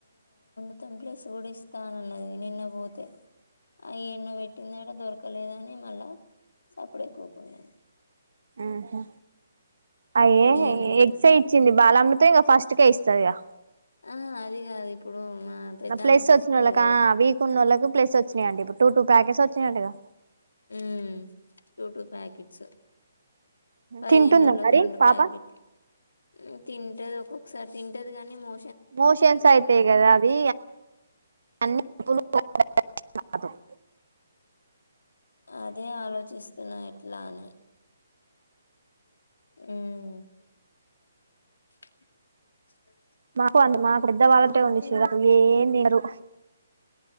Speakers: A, on the left (about 80°); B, on the right (about 75°).
A: త్తం ప్లేస్ కూడా ఇస్తానాన్నది నిన్న పోతే అయ్యన్నో వెెట్టిందన దొర క్కలేదని మళ్ళా సప్పుడై కూకుంది.
B: ఆహ అయ్యే
A: ఇయ్యనే ఇయ్యలే
B: ఎగ్సే ఇచ్చింది బాలమృ తేంగా ఫస్ట్ కే ఇస్తదిగా
A: ఆ అది కాదు ఇప్పుడు మా పెద్దామకు
B: నాప్లస్ వచ్చిన్నొళ్ళక
A: వస్తది కదా
B: వీక్ ఉన్నొళ్ళకి ప్లస్ వచ్చ్నాయండి ఇప్పుర్ టూ టూ ప్యాకెసు చ్చినంటగా
A: ఉ టూ టూ ప్యాకిట్స్ పదిహేను
B: తింటుందా
A: రోల్లకు
B: మరి
A: రెండు
B: పాప
A: ప్యాకి, ఉ తింటది ఒకొ ఒకసారి తింటది గాని మో
B: మోషన్స్ అయితే కదా అది <unintelligible> <unintelligible>
A: అదే ఆలోచిస్తున్నా ఎట్లా అని మ్
B: మాకు అ మాకు ఇద్ద వాళ్ళంటే ఉండి
A: లేదు
B: ఎం చేయరు